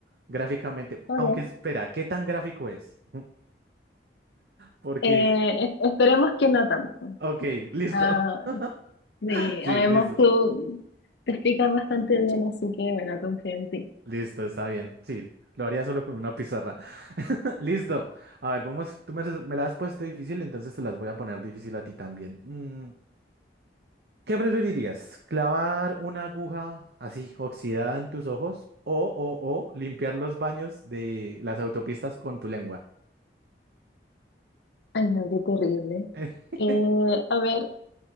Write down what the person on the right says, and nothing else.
gráficamente.
Aunque espera, ¿qué tan gráfico es? <laughs> Porque,
ok, listo.
<laughs> Sí,
listo.
Listo, está bien. Sí, lo haría solo con una pizarra. <laughs> Listo. A ver, vamos. Tú me, me la has puesto difícil, entonces te las voy a poner difícil a ti también. Mm, ¿qué preferirías? ¿Clavar una aguja así oxidada en tus ojos o, o, o limpiar los baños de las autopistas con tu lengua?
<laughs>